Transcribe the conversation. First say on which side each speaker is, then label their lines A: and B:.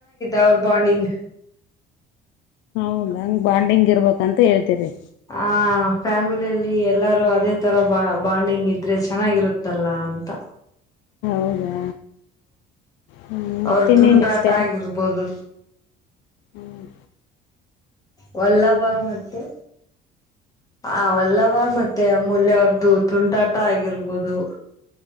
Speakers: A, on the left; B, on the left.
A: ಅವರ್ ಬಾಂಡಿಂಗ್
B: ಹೌದ ಹಂಗ್ ಬಾಂಡಿಂಗ್ ಇರ್ಬೇಕಂತ ಹೇಳ್ತರಿ
A: ಆ ಫ್ಯಾಮಿಲಿಯಲ್ಲಿ ಎಲ್ಲಾರೂ ಅದೇ ತರ ಬಾ ಬಾಂಡಿಂಗ್ ಇದ್ರೆ ಚೆನ್ನಾಗಿರುತ್ತಲ್ಲ ಹಂತ
B: ಹೌದಾ ಹ್ಮ ಮತ್ತೆ
A: ಅವ್ರ ತುಂಟಾಟ
B: ಮೇನು ಇಷ್ಟೆ
A: ಆಗಿರ್ಬೋದು
B: ಹ್ಮ್
A: ವಲ್ಲಭ ಮತ್ತೆ ಅವಲ್ಲವಾ ಮತ್ತೆ ಅಮೂಲ್ಯ ಅವ್ರದ್ದು ತುಂಟಾಟ ಆಗಿರ್ಬೋದು